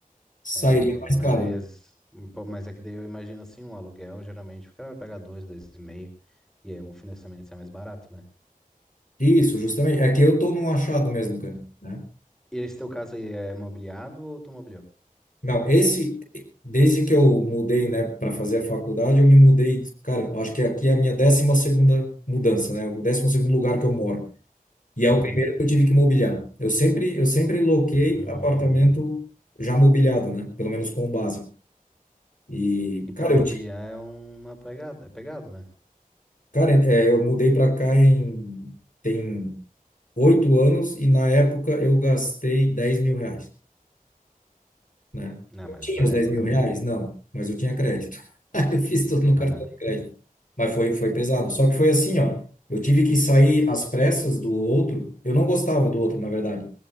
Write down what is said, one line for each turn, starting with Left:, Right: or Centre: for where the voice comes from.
Left: Sairia
Centre: É,
Left: mais
Centre: mas
Left: caro.
Centre: aí,
Left: né?
Centre: as- pô, mas é que daí eu imagino assim, um aluguel, geralmente o cara vai pagar dois, dois e meio, e aí um financiamento sai mais barato, né?
Left: Isso, justamente. É que eu tô num achado mesmo, cara, né?
Centre: E esse teu caso aí é mobiliado ou tu mobiliou?
Left: Não, esse, desde que eu mudei, né, para fazer a faculdade, eu me mudei, cara, acho que aqui é a minha décima segunda mudança, né? O décimo segundo lugar que eu moro. E é
Centre: Uhum.
Left: o primeiro que eu tive que mobiliar. Eu sempre, eu sempre loquei
Centre: Hum.
Left: apartamento já mobiliado, né? Pelo menos com o básico. E,
Centre: E pra
Left: cara,
Centre: mobiliar
Left: eu ti-
Centre: é uma pegada, é pegado, né?
Left: Cara, é, eu mudei pra cá em tem oito anos e na época eu gastei dez mil reais, né?
Centre: Não,
Left: Eu
Centre: mas
Left: tinha
Centre: na
Left: os dez
Centre: época,
Left: mil
Centre: né?
Left: reais? Não, mas eu tinha crédito. <laughs> Aí eu fiz tudo no cartão
Centre: Aham,
Left: de crédito. Mas foi, foi pesado. Só que foi assim, ó. Eu tive que sair às pressas do outro. Eu não gostava do outro, na verdade.